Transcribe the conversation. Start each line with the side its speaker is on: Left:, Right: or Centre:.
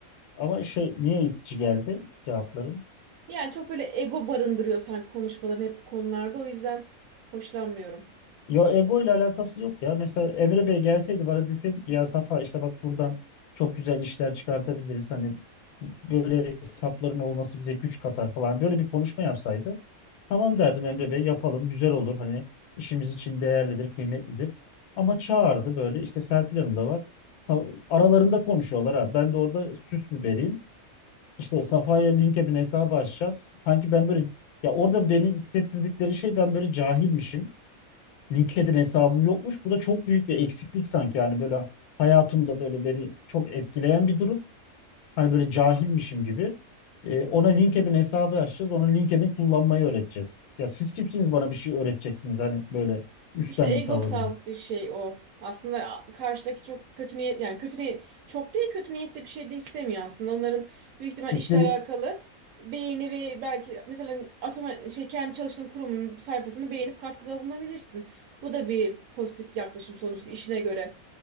Left: Ama şey niye itici geldi cevaplarım?
Right: Yani çok böyle ego barındırıyorsan konuşmaların hep bu konularda o yüzden hoşlanmıyorum.
Left: Yo ego ile alakası yok ya. Mesela Emre Bey gelseydi bana deseydik ki, ya Safa işte bak buradan çok güzel işler çıkartabiliriz. Hani böyle hesapların olması bize güç katar falan. Böyle bir konuşma yapsaydı Tamam derdim Emre Bey yapalım güzel olur hani işimiz için değerlidir kıymetlidir. Ama çağırdı böyle işte Serpil Hanım da var. Sa- aralarında konuşuyorlar ha. Ben de orada süs biberiyim. İşte Safa'ya LinkedIn hesabı açacağız. Sanki ben böyle ya orada beni hissettirdikleri şey ben böyle cahilmişim. LinkedIn hesabım yokmuş. Bu da çok büyük bir eksiklik sanki yani böyle hayatımda böyle beni çok etkileyen bir durum. Hani böyle cahilmişim gibi. E, ona LinkedIn hesabı açacağız. Ona LinkedIn kullanmayı öğreteceğiz. Ya siz kimsiniz bana bir şey öğreteceksiniz hani böyle üstten
Right: İşte egosal
Left: bir tavırla.
Right: bir şey o. Aslında a- karşıdaki çok kötü niyet yani kötü niyet çok değil kötü niyetli bir şey de istemiyor aslında. Onların büyük ihtimal
Left: İstediğim
Right: işle alakalı beğeni ve belki mesela atama şey kendi çalıştığın kurumun sayfasını beğenip katkıda bulunabilirsin. Bu da bir pozitif yaklaşım sonuçta işine göre.